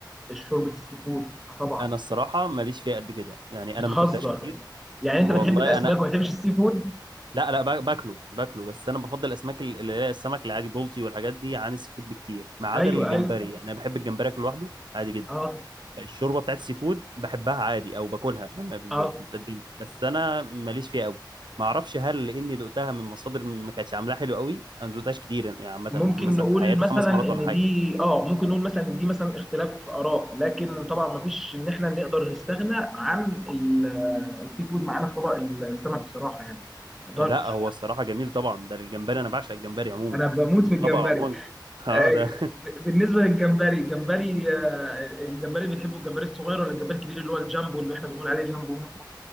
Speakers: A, in the centre; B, on the right.
A: شوربه السي فود آه طبعا
B: انا الصراحه ماليش فيها قد كده يعني
A: بتهزر
B: انا ما اكلتهاش كتير
A: يعني انت
B: والله
A: بتحب الاسماك
B: انا
A: وما بتحبش السي فود
B: لا لا باك- باكله باكله بس انا بفضل الاسماك ال- اللي هي السمك العادي بولتي والحاجات دي عن السي فود بكتير ما عدا
A: ايوه
B: الجمبري
A: ايوه
B: يعني انا بحب الجمبري اكله لوحده عادي جدا
A: اه
B: الشوربه بتاعت السي فود بحبها عادي او باكلها لما ب- ب-
A: اه
B: بتتقدم بس انا ماليش فيها قوي ما اعرفش هل لاني دقتها من مصادر ما كانتش عاملاها حلو قوي انا ما دقتهاش كتير يعني يعني عامه
A: ممكن
B: ممكن مثلا
A: نقول
B: في حياتي
A: مثلا
B: خمس مرات
A: ان
B: ولا حاجه
A: دي اه ممكن نقول مثلا ان دي مثلا اختلاف في اراء لكن طبعا ما فيش ان احنا نقدر نستغنى عن ال- آه، السي فود معانا في طبق السمك بصراحه يعني ما اقدرش
B: لا هو الصراحه جميل طبعا ده الجمبري انا بعشق الجمبري عموما
A: انا بموت
B: والطبق
A: في الجمبري
B: عموما <laughs> اه
A: آه،
B: ده
A: ب- بالنسبه للجمبري الجمبري آه، الجمبري بتحبه الجمبري الصغير ولا الجمبري الكبير اللي هو الجامبو اللي احنا بنقول عليه جامبو هنا في